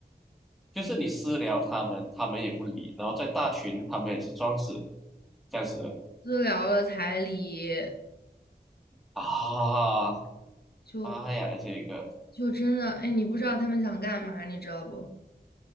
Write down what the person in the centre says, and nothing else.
就是你私聊他们，他们也不理，然后在大群他们也是装死这样子的
啊，
妈呀，这个